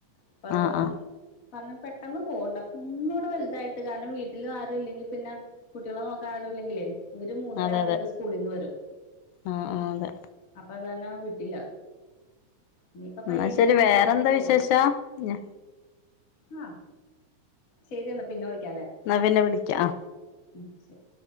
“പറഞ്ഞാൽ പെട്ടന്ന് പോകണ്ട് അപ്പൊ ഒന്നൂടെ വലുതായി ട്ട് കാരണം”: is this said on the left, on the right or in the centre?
Left